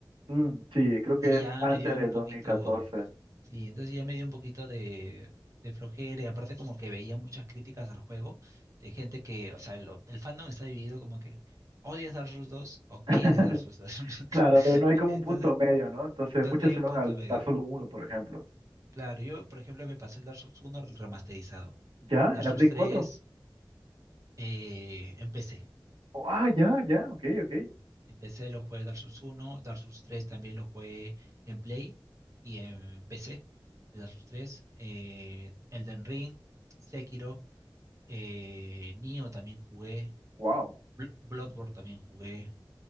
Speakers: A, on the right (about 80°); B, on the right (about 40°).
A: Mm, sí, creo que
B: y
A: es
B: ya
A: antes
B: me dio
A: del
B: un poquito
A: 2014.
B: Sí, entonces ya me dio un poquito de, de flojera y aparte como que veía muchas críticas al juego de gente que, o sea, lo- el fandom está dividido como que odias Dark Souls dos o
A: <laughs>
B: quieres Dark Souls dos, <laughs>
A: Claro, pero no hay
B: Entonces,
A: como un punto medio, ¿no? Entonces
B: donde
A: muchos
B: hay
A: se
B: un
A: van
B: punto
A: al
B: medio.
A: Dark Souls uno, por ejemplo.
B: Claro, yo por ejemplo me pasé el Dark Souls 1 remasterizado.
A: ¿Ya?
B: Dark
A: ¿En la
B: Souls
A: Play
B: tres
A: 4?
B: eh, empecé.
A: Oh, ah, ya, ya, ok, ok.
B: Empecé, lo jugué Dark Souls uno, Dark Souls tres también lo jugué en Play y en PC. Dark Souls tres, eh, Elden Ring, Sekiro. Eh, Nioh también jugué.
A: Wow.
B: Bl- Bloodborne también jugué.